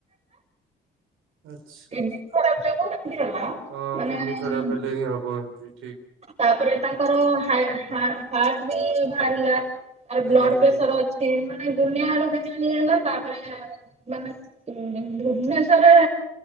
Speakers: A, on the right; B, on the right.
A: ଆଛା
B: କିଡନୀ ଖରାପ ଯୋଗୁ ଏମିତି ହେଲା
A: ହଁ
B: ମାନେ
A: କିିଡୀନ୍ ଖରାପ୍ ହେଲେ ହିଁ ହବ ଏମିତି
B: ତାପରେ ତାଙ୍କର ହା ହାଟ ହାଟ ବି ଭାରିଲା। ଆଉ
A: ଆଜ୍ଞା
B: ବ୍ଲଡପ୍ରେସର
A: ଆଜ୍ଞା
B: ଅଛି ମାନେ ଦୁନିଆ ଆଡୁ <unintelligible> ହେଲା ତାପରେ। ମାନେ ହୁଁ ଭୁବନେଶ୍ୱରରେ